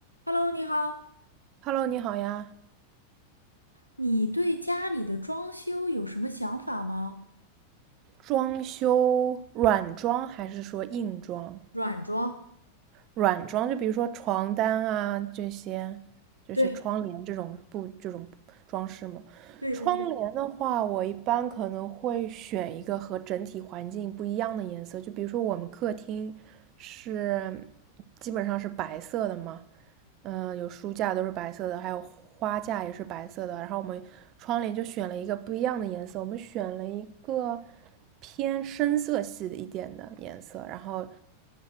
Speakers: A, on the right; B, on the right.
A: Hello，你好，
B: Hello，你好呀，
A: 你对家里的装修有什么想法吗？
B: 装修软装还是说硬装？
A: 软装，
B: 软装，就比如说床单啊这些，这些窗帘这种布这种装饰嘛。
A: 对，对对对，
B: 窗帘的话，我一般可能会选一个和整体环境不一样的颜色，就比如说我们客厅是基本上是白色的嘛，嗯，有书架都是白色的，还有花架也是白色的。然后我们窗帘就选了一个不一样的颜色，我们选了一个偏深色系的一点的颜色，然后